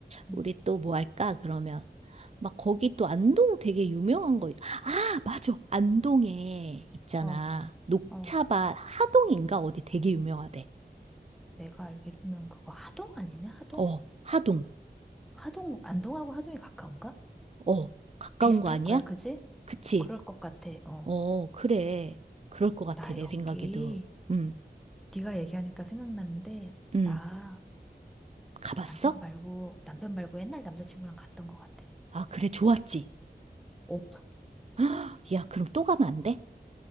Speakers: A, in the centre; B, on the right.
A: 응.
B: 우리 또 뭐 할까, 그러면. 막 거기 또 안동 되게 유명한 거, 있- 아, 맞아. 안동에 있잖아.
A: 어,
B: 녹차밭
A: 어,
B: 하동인가? 어디 되게 유명하대.
A: 내가 알기로는 그거 하동 아니냐? 하동?
B: 어, 하동.
A: 하동, 안동하고 하동이 가까운가?
B: 어, 가까운
A: 비슷할
B: 거 아니야?
A: 거야, 그지?
B: 그치?
A: 그럴 것 같아. 어.
B: 어, 그래. 그럴 것 같아,
A: 나
B: 내
A: 여기,
B: 생각에도. 음,
A: 네가 얘기하니까 생각나는데,
B: 음.
A: 나
B: 가봤어?
A: 남편 말고, 남편 말고 옛날 남자친구랑 갔던 것 같아.
B: 아, 그래, 좋았지.
A: 엄청
B: <gasps> 헉, 야, 그럼 또 가면 안 돼?